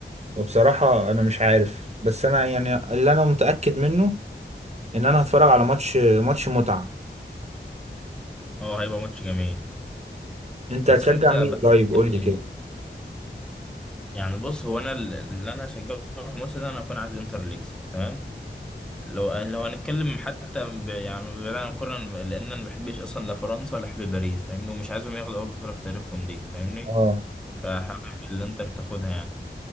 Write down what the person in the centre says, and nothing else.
اه هيبقى ماتش جميل
بس
انت
بقى-
يعني بص هو انا ال- اللي انا هشجعه في الماتش ده انا هكون عايز انتر اللي يكسب تمام لو لو هنتكلم حتى ب... يعني بعيد عن الكورة أنا- لأن أنا مبحبش أصلا لا فرنسا ولا أحب باريس فاهمني ومش عايزهم ياخدوا أول بطولة في تاريخهم دي فاهمني
فحابب الإنتر تاخدها يعني